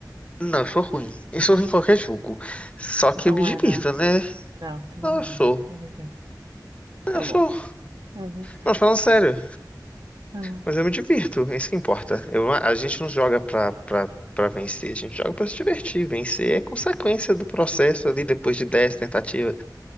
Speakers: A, on the left (about 15°); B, on the right (about 70°).
A: Não, eu sou ruim. Eu sou ruim em qualquer jogo. Só que
B: Não
A: eu me divirto,
B: é, não.
A: né?
B: Não, tu não
A: Não, eu
B: é.
A: sou.
B: Não me engana.
A: Eu
B: Tá
A: sou.
B: bom. Aham,
A: Não, falando sério.
B: aham.
A: Mas eu me divirto, é isso que importa. Eu a gente não joga pra, pra, pra vencer, a gente joga pra se divertir. Vencer é consequência do processo ali depois de dez tentativas,